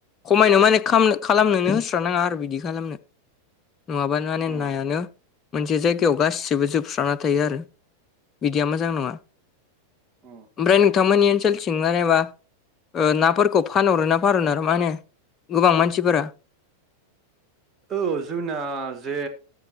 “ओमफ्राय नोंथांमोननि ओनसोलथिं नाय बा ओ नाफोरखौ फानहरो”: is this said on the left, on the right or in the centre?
Left